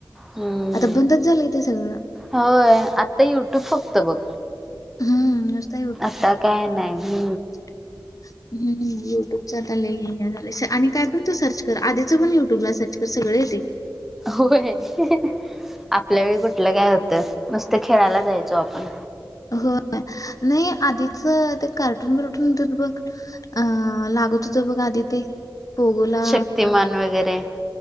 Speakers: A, in the centre; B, on the left.
A: हम्म.
B: आता बंदच झालं इथे सगळं
A: होय आता युट्यूब फक्त बघ
B: हम्म, नुसता
A: आता काय नाही.
B: <inaudible> हम्म युट्यूबचा आले झाले आणि काय पण तू सर्च कर आधीच पण युट्यूबला सर्च कर सगळे येत.
A: होय आपल्या वेळी कुठलं काय होतं मस्त खेळायला जायचो आपण.
B: हो नाही आधीच ते कार्टून बरटून होत बघ अ लागत होत बघ आधी ते पोगोला
A: शक्तिमान वगैरे